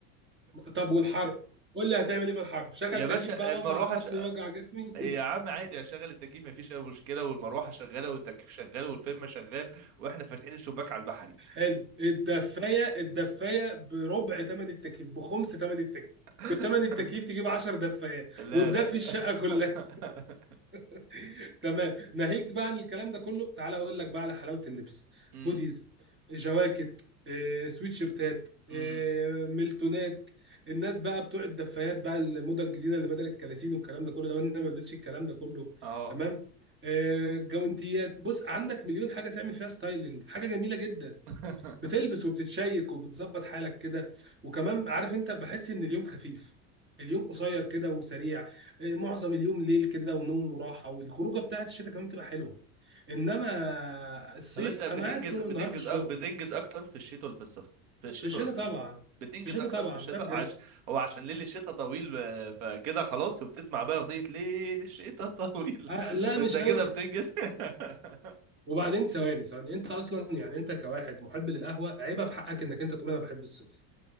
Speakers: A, on the right (about 25°); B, on the right (about 80°).
A: طب والحر قول لي هتعمل ايه في الحر شغل
B: يا باشا
A: تكييف بقى
B: المروحة
A: وجع عظمي
B: ش...
A: وجع جسمي
B: يا
A: <laughs>
B: عم عادي اشغل التكييف مفيش اي مشكلة والمروحة شغالة والتكييف شغال والفيلم شغال واحنا فاتحين الشباك على البحري
A: حلو الدفايه الدفايه بربع ثمن التكييف بخمس ثمن التكييف
B: <laughs>
A: بثمن التكييف تجيب 10 دفايات
B: لا
A: وتدفي
B: لا
A: الشقه
B: <laughs>
A: كلها <laughs> تمام ناهيك بقى عن الكلام ده كله تعالى اقول لك بقى على حلاوه اللبس
B: امم
A: هوديز جواكت آه، سويت شيرتات آه،
B: امم
A: ميلتونات الناس بقى بتوع الدفايات بقى الموضه الجديده اللي بدل الكلاسين والكلام ده كله ده وانا ما بلبسش الكلام ده كله
B: اه
A: تمام آه، جوانتيات بص عندك مليون حاجه تعمل فيها ستايلنج حاجه جميله جدا
B: <laughs>
A: بتلبس وبتتشيك وبتظبط حالك كده وكمان عارف انت بحس ان اليوم خفيف اليوم قصير كده وسريع إيه، معظم اليوم ليل كده ونوم وراحه والخروجه بتاعت الشتاء كمان بتبقى حلوه انما الصيف
B: طب انت بتنجز
A: انا قاعد طول
B: بتنجز
A: النهار في الشغل
B: أك... بتنجز اكتر في الشتاء ولا في الصيف في الشتاء
A: في الشتاء
B: ولا الصيف
A: طبعا
B: بتنجز
A: في الشتاء
B: اكتر
A: طبعا
B: في الشتاء
A: ده بجد
B: عش... هو عشان ليل الشتاء طويل آه، فكده خلاص وبتسمع بقى اغنية ليل الشتاء طويل
A: آه
B: <laughs>
A: لا
B: فانت
A: مش
B: كده
A: قوي
B: بتنجز <laughs>
A: <laughs> وبعدين ثواني ثواني انت اصلا يعني انت كواحد محب للقهوه عيبه في حقك انك انت تقول انا بحب الصيف